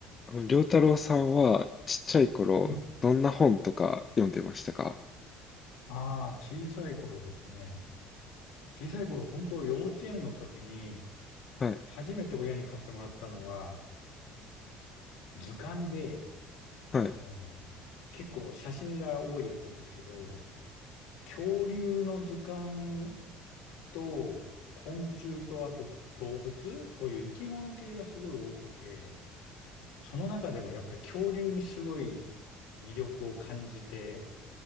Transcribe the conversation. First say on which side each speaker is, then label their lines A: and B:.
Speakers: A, on the left; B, on the left.
A: あの、良太郎さんは、ちっちゃい頃、
B: うん。
A: どんな本とか読んでましたか
B: ああ、小さい頃ですね。小さい頃、本当幼稚園の時に、
A: はい、
B: 初めて親に買ってもらったのは、図鑑で、
A: はい、
B: あの、結構写真が多いやつですけど、恐竜の図鑑と、昆虫と、あと動物、そういう生き物系がすごい多くて、その中でもやっぱり恐竜にすごい魅力を感じて、